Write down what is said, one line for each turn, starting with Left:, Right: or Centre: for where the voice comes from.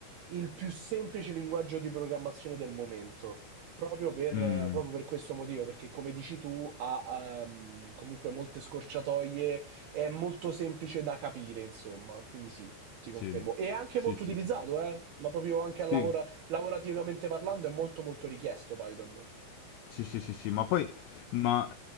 Right: il più semplice linguaggio di programmazione del momento, proprio per,
Left: Mm.
Right: eh, proprio per questo motivo, perché come dici tu ha ehm, comunque molte scorciatoie, è molto semplice da capire, insomma, quindi sì, ti confermo.
Left: Sì,
Right: E è anche
Left: sì,
Right: molto
Left: sì,
Right: utilizzato,
Left: sì.
Right: eh, ma proprio anche a
Left: Sì,
Right: lavora- lavorativamente parlando è molto molto richiesto Python.
Left: Sì, sì, sì, sì, ma poi, ma,